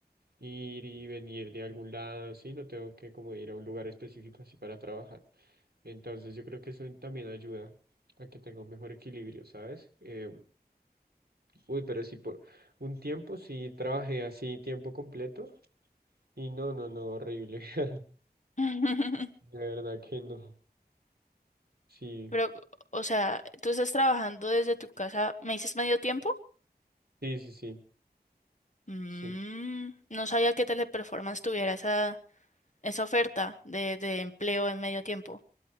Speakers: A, on the right (about 70°); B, on the left (about 45°).
A: ir y venir de algún lado, sí, no tengo que como ir a un lugar específico así para trabajar. Entonces yo creo que eso también ayuda a que tenga un mejor equilibrio, ¿sabes? Eh, Uy, pero sí, por un tiempo sí trabajé así tiempo completo y no, no, no, horrible. <laughs>
B: <laughs>
A: De verdad que no. Sí,
B: Pero, o sea, ¿tú estás trabajando desde tu casa? ¿Me dices medio tiempo?
A: sí, sí, sí,
B: Mm,
A: sí.
B: no sabía que Teleperformance tuviera esa, esa oferta de, de empleo en medio tiempo.